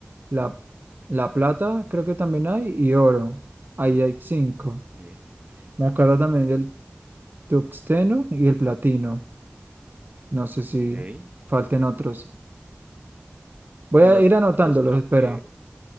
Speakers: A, on the right; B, on the right.
A: la, la plata creo que también hay, y oro. Ahí hay cinco.
B: Sí.
A: Me acuerdo también del tuxteno y el platino. No sé si
B: Ok.
A: falten otros. Voy
B: De
A: a
B: los
A: ir anotándolos,
B: básicos creo
A: espera.
B: que,